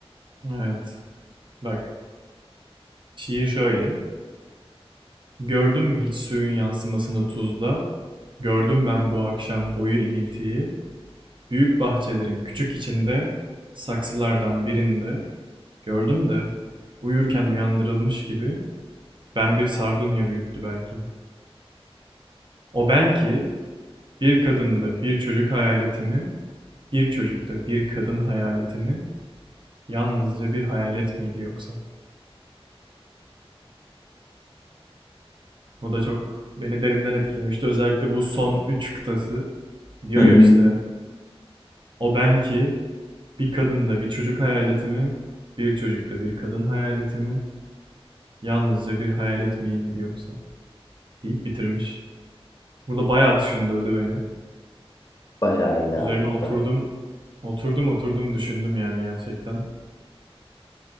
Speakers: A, on the right; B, on the left.
A: Evet. Bak. Şiir şöyle. Gördün mü hiç suyun yansımasını tuzda? Gördüm ben bu akşam boyu iniltiyi. Büyük bahçelerin küçük içinde, saksılardan birinde. Gördüm de, uyurken uyandırılmış gibi, ben bir sardunya büyüttü belki. O ben ki, bir kadında bir çocuk hayaletimi, bir çocukta bir kadın hayaletimi, yalnızca bir hayalet miydi yoksa? Bu da çok beni derinden etkilemişti. Özellikle bu son üç kıtası. Diyor
B: Hı hı.
A: ya işte O ben ki, bir kadında bir çocuk hayaleti mi, bir çocukta bir kadın hayaleti mi, yalnızca bir hayalet miydi yoksa? deyip bitirmiş. Burada bayağı düşündürdü beni.
B: Bayağı iyi
A: Üzerine
B: abi bu
A: oturdum,
B: da.
A: oturdum oturdum düşündüm yani gerçekten.